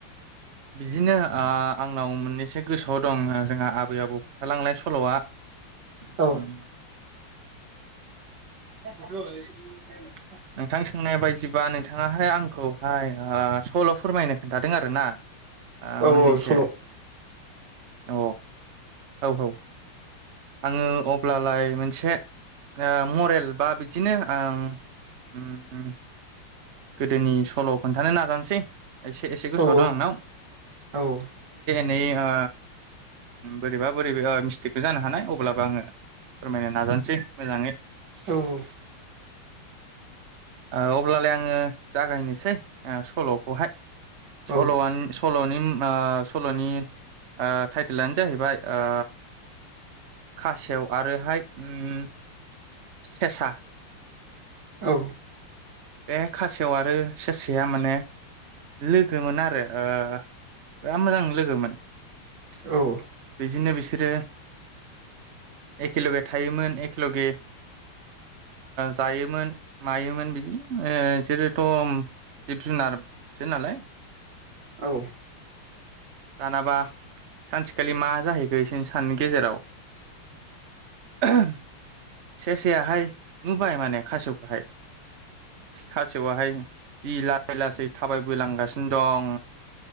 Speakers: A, on the right; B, on the right.
A: बिदिनो आ आंनाव मोननैसो गोसोआव दङ जोंहा आबै आबौ खोनथालांनाय सल'आ। ओम
B: औ <inaudible>
A: नोंथां सोंनाय बायदिबा नोंथाङाहाय आंखौहाय ओ सल' फोरमायनो खोनथादों आरो ना? ओ
B: औ
A: मोननैसो
B: औ सल' औ
A: अ औ औ आङो अब्लालाय मोनसे ओ मरेल बा बिदिनो आं उम उम गोदोनि सल' खोन्थानो नाजानोसै एसे एसे गोसोआव
B: औ
A: दं आंनाव।
B: औ।
A: नै ओ बोरैबा बोरैबि मिस्टेकबो जानो हानाय अब्लाबो आङो फोरमायनो नाजानोसै मोजाङै।
B: औ औ
A: ओ अब्लालाय आंङो जागायनोसै सल'खौहाय
B: औ
A: सल'आ सल'नि सल'नि टाइटेलानो जाहैबाय ओ खासेव आरोहाय उम सेसा
B: औ
A: बे खासेव आरो सेसाया माने लोगोमोन आरो ओ बिराद मोजां लोगोमोन
B: औ
A: बिजोंनो बिसोरो एखेेलगे थायोमोन एखेेलगे जायोमोन मायोमोन बिदिनो बिसोरोथ' जिब जुनारसो नालाय
B: औ
A: दानाबा सानसेखालि मा जाहैखो एसे साननि गेजेराव सेसा सेसायाहाय नुबाय माने खासेवखौहाय खासेवाहाय जि ला सै लासै थाबायबो लांगासिनो दं